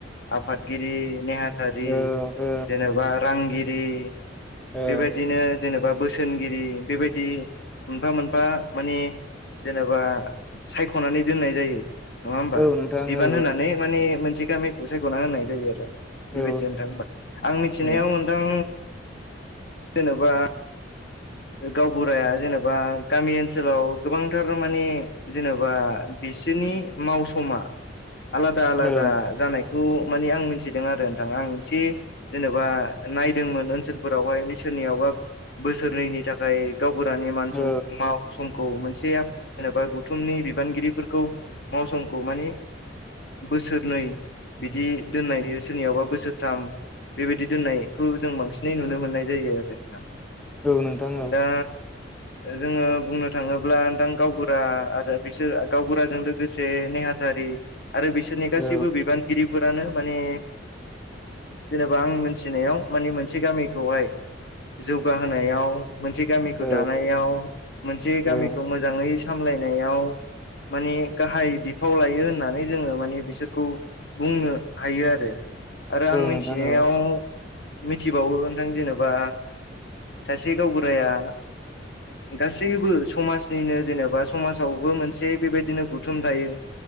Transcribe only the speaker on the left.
आफादगिरि ने आरा
जेनेबा रांगिरि
बेबायदिनो जेनेबा बोसोनगिरि बेबायदि मोनफा मोनफा माने जेनेबा सायख'नानै दोननाय जायो नङा होमबा
बिबान
होनानै माने मोनसे गामिखौ सायख'ना होननाय जायो आरो बेबायदि
नोंथां होमबा आं मिथिनायाव
नोंथां जेनेबा गावबुराया जेनेबा गामि ओनसोलाव गोबांथार मानिे जेनेबा बिसोरनि मावसा आलादा आलादा
जानाय थ' माने आं मिथिदों आरो नोंथां आं एसे जेनेबा नायदोंमोन ओनसोलफोरावहाय बिसोरनियावबा बोसोरनैनि थाखाय गावबुरानि मान
सम माव समखौ मोनसे जेनेबा गौथुमनि बिबानगिरिफोरखौ मावसखौ माने बोसोरनै बिदि दोननाय सोरनियावबा बोसोरथाम बेबायदि दोननायखौ जों बांसिनै नुनो मोननाय जायो आरो दा
दा जोङो बुंनो थाङोब्ला दां गावबुरा आरो बिसोर गावबुराजों लोगोसे नेहाथारि आरो बिसोरनि गासैबो
बिबानगिरिफोरानो माने जेनेबा आं मिथिनायाव मानानिे मोनसे गामिखौहाय जौगाहोनायाव मोनसे गामिखौ
दानाय इयान मोनसे गामिखौ
मोजाङै सामलायनायाव मानि गाहाय दे फाव लायो होननानै जोङो माने बिसोरखौ बुंनो हायो आरो। आरो आं
मिथिनायाव
मिथिबावो नोंथां जेनेबा सासे गाव गाया गास गासैबो समाजनिनो जेनेबा समाजावबो मोनसे बेबायदिनो गुथुम थायो।